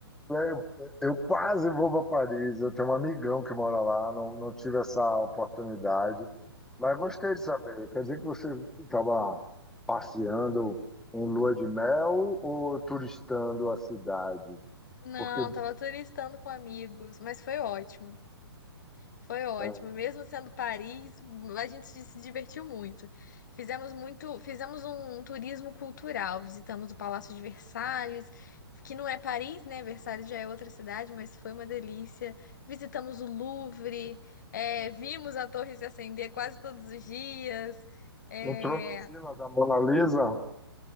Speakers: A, in the centre; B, on the left.
A: eu, eu quase vou para Paris. Eu tenho um amigão que mora lá, não, não tive essa oportunidade. Mas gostei de saber. Quer dizer que você estava passeando em lua de mel ou turistando a cidade?
B: Não,
A: Porque
B: tava turistando com amigos, mas foi ótimo. Foi ótimo,
A: é,
B: mesmo sendo Paris, a gente se divertiu muito. Fizemos muito, fizemos um, um turismo cultural, visitamos o Palácio de Versalhes, que não é Paris, né? Versalhes já é outra cidade, mas foi uma delícia. Visitamos o Louvre, é, vimos a torre se acender quase todos os dias. É,
A: entrou na fila da Mona Lisa,